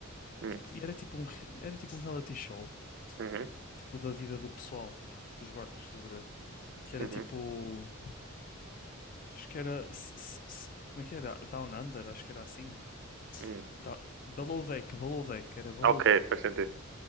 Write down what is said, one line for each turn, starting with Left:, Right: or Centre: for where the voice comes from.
Right: Hum,
Left: tipo, e era tipo um, re- era tipo um reality show,
Right: uhum,
Left: tipo, da vida do pessoal, tipo, dos barcos, estás a ver? Que era
Right: uhum,
Left: tipo, acho que era, s- s- s- como é que era? Down Under, acho que era assim.
Right: hum.
Left: Da- Below Deck, Below Deck, era Below
Right: Ok,
Left: Deck,
Right: faz sentido.